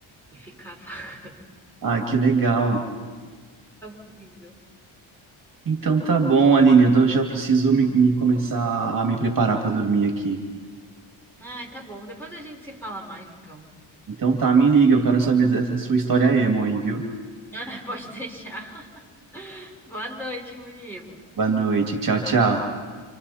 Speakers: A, in the centre; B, on the right.
A: e ficava <laughs>
B: Ai, que legal.
A: ficava ouvindo.
B: Então tá bom, Aline, eu dou- já preciso me, me começar a me preparar pra dormir aqui.
A: Ah, tá bom. Depois a gente se fala mais, então. <laughs>
B: Então tá, me liga, eu quero saber dessa sua história emo aí, viu?
A: Ah, Pode deixar. Boa noite, Murilo.
B: Boa noite, tchau, tchau.